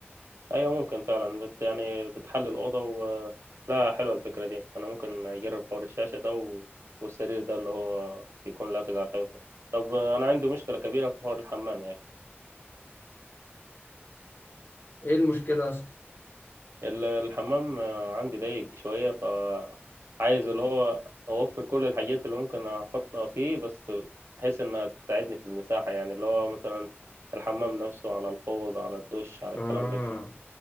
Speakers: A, on the right; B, on the left.
A: ايوه ممكن فعلا بت يعني بتحل الاوضه و... لا حلوه الفكره دي انا ممكن اجرب حوار الشاشه ده و... والسرير ده اللي هو يكون لازق على الحيطه ده. طب انا عندي مشكله كبيره في حوار الحمام يا اخي
B: ايه المشكلة يا اسطى؟
A: ال- الحمام آه، عندي ضيق شويه ف عايز اللي هو اوفر كل الحاجات اللي ممكن احطها فيه بس بحيث انها تساعدني في المساحه يعني اللي هو مثلا الحمام نفسه على الحوض على الدش على
B: اه
A: الكلام ده